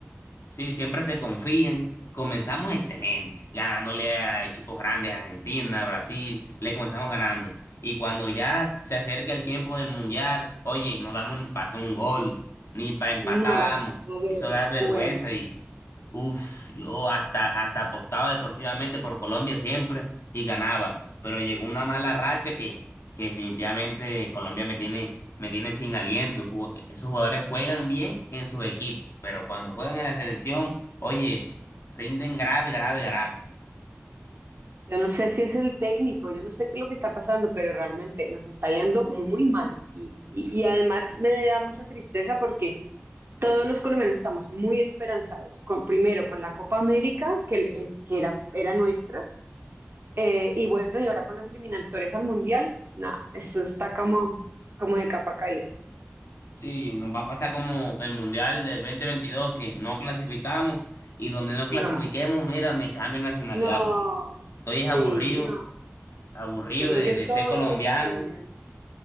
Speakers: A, on the left; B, on the right.
A: Sí, siempre se confían. Comenzamos excelente, ganándole a equipos grandes, Argentina, Brasil, le comenzamos ganando. Y cuando ya se acerca el tiempo del mundial, oye, no damos ni para un gol, ni para empatar
B: No, eso
A: damos.
B: es una
A: Eso da vergüenza
B: vergüenza.
A: y, uff, yo hasta, hasta apostaba deportivamente por Colombia siempre y ganaba. Pero llegó una mala racha que que definitivamente Colombia me tiene, me tiene sin aliento. Ju- Esos jugadores juegan bien en sus equipos, pero cuando juegan en la selección, oye, rinden grave, grave, grave.
B: Yo no sé si es el técnico, yo no sé qué es lo que está pasando, pero realmente nos está yendo muy mal. Y, y, y además me da mucha tristeza porque todos los colombianos estamos muy esperanzados, con, primero con la Copa América, que, eh, que era, era nuestra, eh, y bueno, y ahora con las eliminatorias al Mundial, nada, eso está como, como de capa caída.
A: Sí, nos va a pasar como el Mundial del 2022 que no clasificamos y donde no clasifiquemos,
B: No,
A: mira, me cambio de nacionalidad
B: no,
A: porque estoy
B: sí,
A: es aburrido,
B: no.
A: aburrido
B: Yo creo
A: de,
B: que
A: de
B: todos
A: ser colombiano
B: los colombianos.